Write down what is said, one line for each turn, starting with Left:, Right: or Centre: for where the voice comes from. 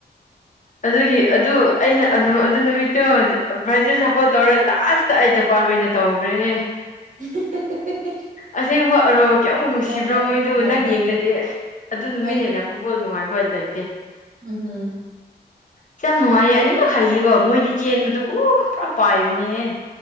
Left: ꯑꯗꯨꯒꯤ ꯑꯗꯨ ꯑꯩꯅ ꯑꯗꯨ ꯅꯨꯃꯤꯠꯇꯨ ꯕ꯭ꯔꯥꯖꯤꯜ ꯁꯞꯄꯣꯔꯠ ꯇꯧꯔ ꯂꯥꯁ ꯇ ꯑꯩ ꯖꯄꯥꯟ ꯑꯣꯏꯅ ꯇꯧꯒ꯭ꯔꯦꯍꯦ
Right: <unintelligible>
Left: ꯑꯁꯦꯡꯕ ꯑꯔꯣ ꯀꯌꯥꯃꯨꯛ ꯅꯨꯡꯁꯤꯕ꯭ꯔꯣ
Right: ꯉꯝꯗꯕꯒꯤ
Left: ꯃꯣꯏꯗꯨ
Right: ꯅꯨꯡꯉꯥꯏꯇꯕꯗꯣ
Left: ꯅꯪ ꯌꯦꯡꯂꯗꯤ ꯑꯗꯨ ꯅꯨꯃꯤꯠ
Right: ꯑꯩ
Left: ꯍꯦꯟꯅ ꯐꯨꯠꯕꯣꯜ ꯅꯨꯡꯉꯥꯏꯕ ꯂꯩꯇꯦ
Right: ꯎꯝ ꯍꯨꯝ
Left: ꯀꯤꯌꯥꯝ ꯅꯨꯡꯉꯥꯏꯌꯦ ꯑꯅꯤꯃꯛ ꯍꯩꯌꯦꯕ ꯃꯣꯏꯗꯤ ꯆꯦꯟꯕꯗꯨ ꯎ ꯄꯨꯔꯥ ꯄꯥꯏꯕꯅꯤꯍꯦ